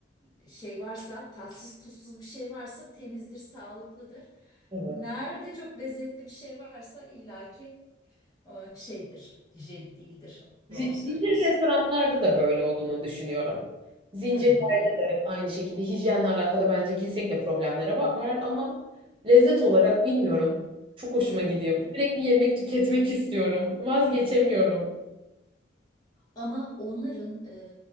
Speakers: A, on the left; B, on the right.
A: e, şey varsa, tatsız tuzsuz bir şey varsa temizdir, sağlıklıdır.
B: Evet.
A: Nerede çok lezzetli bir şey varsa illaki e, şeydir, hijyenik değildir.
B: Zi-
A: Doğru söylüyorsun.
B: Zincir restoranlarda da böyle olduğunu düşünüyorum. Zincirlerde
A: Hı hı.
B: de aynı şekilde hijyenle alakalı bence kesinlikle problemlere var, var ama lezzet olarak bilmiyorum. Çok hoşuma gidiyor.
A: Hı hı.
B: Sürekli yemek tüketmek istiyorum. Vazgeçemiyorum.
A: Ama onların e,